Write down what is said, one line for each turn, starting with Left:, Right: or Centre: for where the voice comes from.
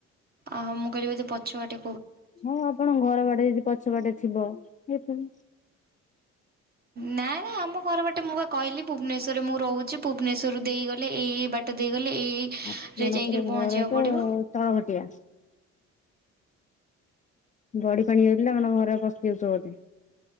Right: ଅହୋ ମୁଁ କହିଲି ବୋଧେ ପଛ ବାଟେ
Left: ହୁଁ ଆପଣଙ୍କ ଘର ବାଟେ ହେଇକି ପଛ ବାଟେ ଥିବ ଦେଖିନି।
Right: ନାଇ ଆମ ଘର ବାଟେ ମୁଁ ବା କହିଲି ଭୁବନେଶ୍ୱରରେ ମୁଁ ରହୁଚି। ଭୁବନେଶ୍ୱରରୁ ଦେଇଗଲେ ଏଇଏଇ ବାଟ ଦେଇଗଲେ ଏଇ ଏଇରେ
Left: ଆପଣଙ୍କର
Right: ଯାଇକିରି
Left: ଘର
Right: ପହଞ୍ଚିବାକୁ
Left: ତ
Right: ପଡ଼ିବ
Left: ତାଳଘଟିଆ। ବଡି ପାଣି ଯାଇଥିଲା ଆମ ଘରେ ପସି ଯାଇଚ୍ ବୋଧେ।